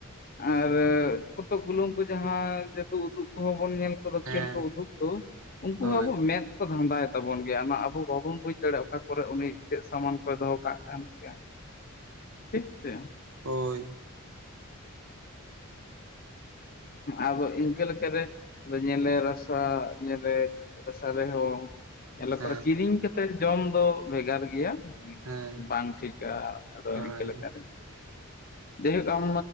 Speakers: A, on the left; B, on the right.
A: ᱟᱨ ᱠᱚᱛᱚᱠ ᱜᱩᱞᱳ ᱩᱝᱠᱩ ᱡᱟᱦᱟᱸᱭ ᱡᱟᱹᱫᱩ ᱩᱫᱩᱜ ᱠᱚᱦᱚᱸ ᱵᱚᱱ ᱧᱮᱞ ᱠᱚᱫᱚ
B: ᱦᱮᱸ
A: ᱠᱷᱮᱞ ᱠᱚ ᱩᱫᱩᱜ ᱫᱚ ᱩᱱᱠᱩ
B: ᱦᱳᱭ
A: ᱦᱚᱸ ᱟᱵᱚ ᱢᱮᱫ ᱠᱚ ᱫᱷᱷᱟᱸᱫᱟᱭ ᱛᱟᱵᱚᱱ ᱜᱮᱭᱟ ᱚᱱᱟ ᱟᱵᱚ ᱵᱟᱵᱚᱱ ᱵᱩᱡᱽ ᱫᱟᱲᱮᱜ-ᱟ ᱚᱠᱟ ᱠᱚᱨᱮ ᱩᱱᱤ ᱪᱮᱜ ᱥᱟᱢᱟᱱ ᱠᱚᱭ ᱫᱚᱦᱚ ᱠᱟᱜ ᱠᱟᱱᱟ᱾ ᱜᱮᱭᱟ ᱴᱷᱤᱠ ᱥᱮ
B: ᱳᱭ
A: ᱟᱫᱚ ᱤᱝᱠᱟᱹ ᱞᱮᱠᱟ ᱨᱮ ᱟᱫᱚ ᱧᱮᱞᱮ ᱨᱟᱥᱟ ᱧᱮᱞᱮ ᱨᱟᱥᱟ ᱨᱮᱦᱚᱸ ᱧᱮᱞᱚᱜ
B: ᱦᱮᱸ
A: ᱠᱟᱱᱟ ᱠᱤᱨᱤᱧ ᱠᱟᱛᱮᱜ ᱡᱚᱢ ᱫᱚ ᱵᱷᱮᱜᱟᱨ ᱜᱮᱭᱟ,
B: ᱦᱮᱸ
A: ᱵᱟᱝ ᱴᱷᱤᱠᱟ ᱟᱫᱚ
B: ᱦᱳᱭ
A: ᱤᱱᱠᱟᱹ ᱞᱮᱠᱟ ᱨᱮ ᱡᱟᱭᱦᱳᱠ ᱟᱢ